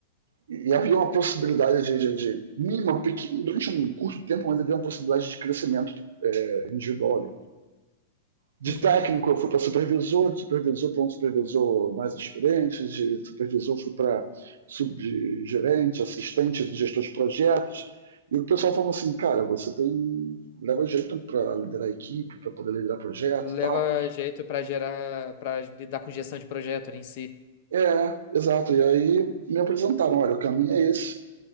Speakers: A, on the right (about 85°); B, on the left (about 45°).
A: E havia uma possibilidade de, de, de mínima, pequena, durante um curto tempo, mas havia uma possibilidade de crescimento é, individual de
B: Uhum.
A: técnico eu fui para supervisor, de supervisor para um supervisor mais experiente, de supervisor fui para subgerente, assistente de gestor de projetos. E o pessoal falou assim, cara, você tem leva jeito para liderar a equipe, para poder liderar projeto
B: Leva
A: e tal.
B: jeito pra gerar. Pra lidar com gestão de projeto ali em si.
A: É, exato. E aí me apresentaram, olha, o caminho é esse,